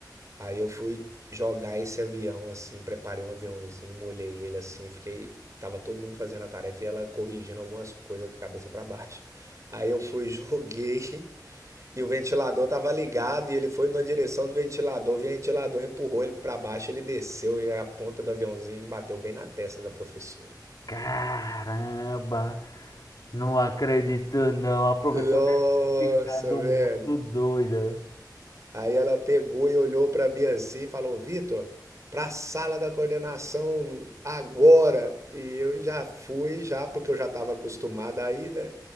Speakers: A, on the right; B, on the left.
A: aí eu fui jogar esse avião assim, preparei um aviãozinho, molhei ele assim, fiquei, tava todo mundo fazendo a tarefa e ela corrigindo algumas coisas com a cabeça para baixo. Aí eu fui, joguei <laughs> e o ventilador tava ligado e ele foi na direção do ventilador, o ventilador empurrou ele para baixo, ele desceu e a ponta do aviãozinho bateu bem na testa da professora.
B: caramba! Não acredito não, a professora
A: Nossa,
B: deve ter ficado
A: velho.
B: muito doida.
A: Aí ela pegou e olhou para mim assim e falou: Vitor, para a sala da coordenação agora. E eu já fui, já, porque eu já estava acostumada aí, né?